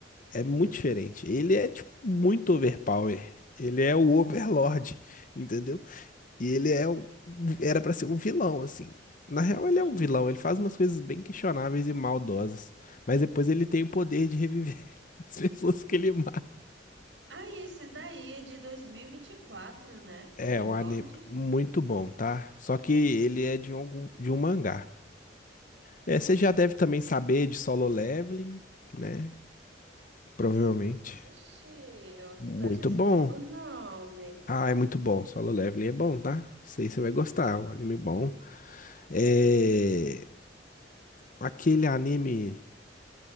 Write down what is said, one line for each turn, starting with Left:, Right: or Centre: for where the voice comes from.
Left: É muito diferente. Ele é, tipo, muito overpower. Ele é o Overlord, entendeu? E ele é um, era pra ser um vilão, assim. Na real, ele
Right: Uhum.
Left: é um vilão. Ele faz umas coisas bem questionáveis e maldosas. Mas depois ele tem o poder de reviver <laughs> as pessoas que ele mata.
Right: Ah, esse daí é de 2024, né? Overlord.
Left: É um anime muito bom, tá? Só que ele é de algum, de um mangá. É, você já deve também saber de Solo Leveling, né? Provavelmente.
Right: Assim, eu nunca assisti, eu
Left: Muito
Right: só já escutei
Left: bom.
Right: por nome.
Left: Ah, é muito bom. Solo Leveling é bom, tá? Isso aí você vai gostar. é Um anime bom. É... Aquele anime.